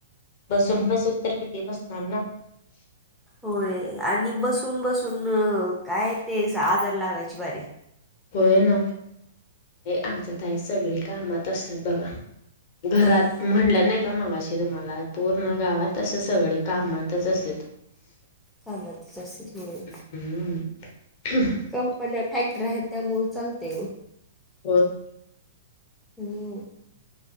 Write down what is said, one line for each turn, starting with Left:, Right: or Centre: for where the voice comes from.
Left: बसून बसू तर किती बसणार ना
Centre: होय आणि बसून बसून काय ते आजार लागायचे बारी
Left: होय न आमच्या तई सगळी कामात असतात बघा घरात
Centre: हा हा
Left: म्हणलं नाही मगाशी तुम्हाला पूर्ण गावात अस सगळे कामातच असते
Centre: कामातच असेल होय.
Left: हम्म
Centre: कंपन्या फॅक्टरी आहेत त्यामुळे लते
Left: हो
Centre: हम्